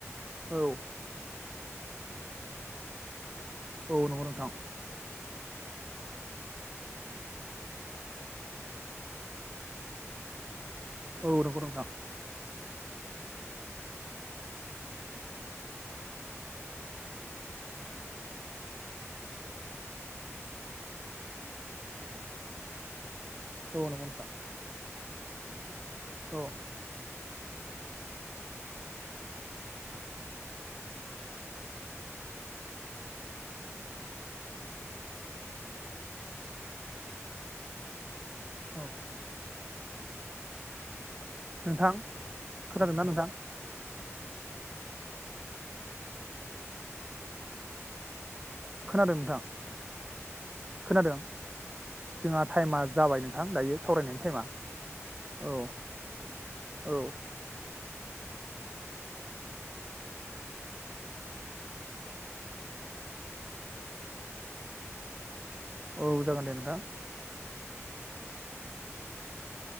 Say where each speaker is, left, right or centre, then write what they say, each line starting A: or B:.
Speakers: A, on the right; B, on the right.
A: आबादनि
B: औ
A: सायाव सोनार सोनारो गोबां सुबुंफोरा
B: औ नंगौ नोंथां
A: नै बिदिनो जोंनि ओनसोलाव बे बिदिनो आबाद मावनानैनो गोबां बे बिदिनो जौगाथाइ जानायखौ जों नुनो मोनदों। गोबां
B: औ नंगौ
A: सिगांहाय
B: नोंथां
A: बेबायदि ओ गैयामोन दानि ओ जौगाथायाव गोबां बिबदिनो ओ जौगाबाय आरो गावनि गथ' गथायखौ बे नो बे बिदिनो हाजोंनो एबा
B: औ नंगौ
A: फोरोंलांनो
B: नोंथां
A: हादों। आरो गोबां
B: औ
A: आइजोफोराबो बे बिदिनो आबाद मावनानै गावनि ओ फिसाइ एबा हौवाखौ सोनारालासिनो गोबां बे बिदिनो ओ फालांगि एबा बे बिदिनो बेफार मावनायखौ जों नुनो मोनदों। बे
B: औ
A: आबादनि आबाद नि गेजेरजोंनो गोबां माने
B: नोंथां
A: जौगाथाय जादों
B: खोनादोंना
A: जोंनि
B: नोंथां
A: ओनसोलाव। जौगानानै बेबायदिनो गोबां माने फरायसायाबो जौगादों।
B: खोनादों नोंथां
A: आरो औ
B: खोनादों। जोंहा टाइमा जाबाय नों थां दायो सावरायनायनि टाइमा
A: समाबो जाबाय
B: औ अ औ
A: नोंथांजों रायलायनानै जोबोद मोजां मोनबाय आंनि गोसो गोरबोनिफ्राय नोंथांनिसिम गोजोननायखौ बावहरबाय।
B: औ जागोन दे नोंथां।
A: औ दे होनबा